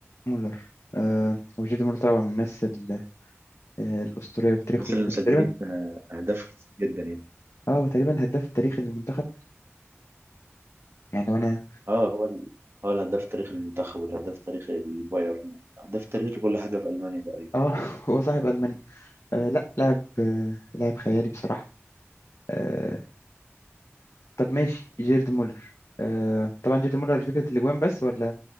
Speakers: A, on the left; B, on the right.
A: مولر آه هو جيرد مولر طبعا من الناس ال- آه، الأسطورية وتاريخه
B: مثلا مسجلين
A: تقريبا
B: آه، اهداف كتير جدا يعني
A: اه هو تقريبا هداف التاريخي للمنتخب يعني لو انا
B: اه هو ال- هو الهداف تاريخ المنتخب والهداف تاريخ البايرن هداف تاريخ كل حاجة في ألمانيا تقريبا
A: اه <laughs> هو صاحب ألمانيا آه لا لاعب آه لاعب خيالي بصراحة آه طب ماشي جيرد مولر آه طبعا جيرد مولر فكرة الأجوان بس ولا